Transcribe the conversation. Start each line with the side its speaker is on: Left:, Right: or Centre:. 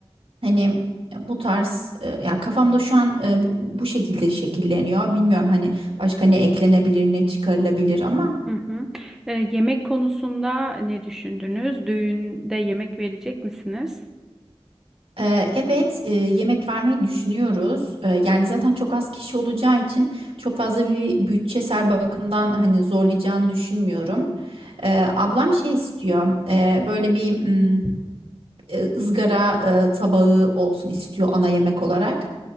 Right: hani bu tarz e, ya kafamda şu an e, bu, bu şekilde şekilleniyor. Bilmiyorum hani başka ne eklenebilir ne çıkarılabilir ama.
Centre: Hı hı. Ee, yemek konusunda ne düşündünüz? Düğünde yemek verecek misiniz?
Right: Ee, Evet, e, yemek vermeyi düşünüyoruz. Ee, Yani zaten çok az kişi olacağı için çok fazla bir bütçesel bakımdan hani zorlayacağını düşünmüyorum. Ee, Ablam şey istiyor, e, böyle bir mm, e, ızgara e, tabağı olsun istiyor ana yemek olarak.